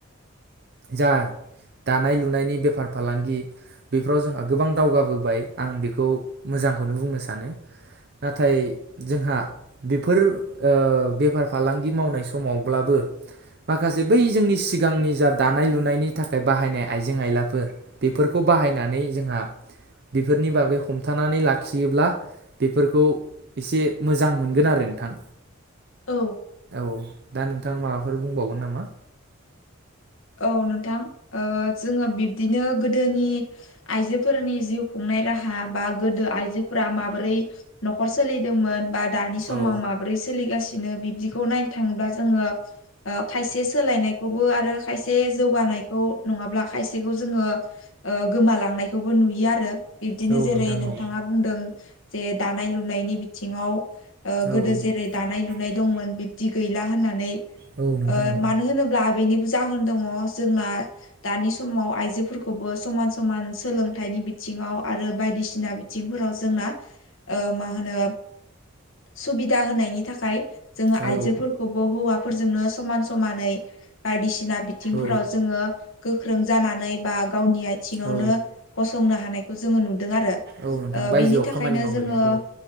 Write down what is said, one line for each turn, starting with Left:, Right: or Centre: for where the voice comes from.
Right: जा दानाय लुनायनि बे फार फालांगि बेफोराव जोंहा गोबां दावगाबोबाय आं बेखौ मोजांखौनो बुंनो सानो नाथाय जोंहा बेफोर ओ बेफार फालांगि मावनाय समावब्लाबो माखासे बै जोंनि सिगांनि जा दानाय लुनायनि थाखाय बाहायनाय आइजें आइलाफोर बेफोरखौ बाहायनानै जोंहा बेफोरनि बागै हम थानानै लाखियोब्ला बेफोरखौ एसे मोजां मोनगोन आरो नोंथां।
Left: औ
Right: औ दा नोंथां माबाफोर बुंबावगोन नामा?
Left: औ नोंथां ओ जोङो बिब्दिनो गोदोनि आइजोफोरनि जिउ खुंनाय राहा बा गोदो आइजोफोरा माबोरै न'खर सोलिदोंमोन बा दानि समाव
Right: औ
Left: माब्रै सोलिगासिनो बिबदि खौ नायनो थाङोब्ला जोङो ओ खायसे सोलायनायखौबो आरो खायसे जौगानायखौ नङाब्ला खायसेखौ जोङो ओ गोमालांनायखौबो नुयो आरो बिब्दिनो
Right: औ
Left: जेरै
Right: नोंथां
Left: नोंथाङा
Right: औ
Left: बुंदों जे दानाय लुनायनि बिथिङाव ओ गोदो
Right: औ
Left: जेरै दानाय लुनाय दंमोन बिब्दि गैला होननानै।
Right: औ नोंथां
Left: ओ
Right: औ
Left: मानो होनोब्ला बेनिबो जाहोन दङ जोंना दानि समाव आइजोफोरखौबो समान समान सोलोंथायाइनि बिथिङाव आरो बायदिसिना बिथिंफोराव जोंना ओ मा होनो सुबिदा होनायनि थाखाय जोङो
Right: औ
Left: आइजोफोरखौ बो हौवाफोरजोंनो समान समानै बायदि। बायदिसिना बिथिंफोराव
Right: औ
Left: जोङो गोख्रों जानानै बा गावनि आथिङावनो।
Right: औ
Left: गसंनो हानायखौ जोङो नुदों आरो
Right: औ नोंथां बायजोआव
Left: बेनि थाखायनो
Right: खामानि मावहैनायखौ
Left: जोङो।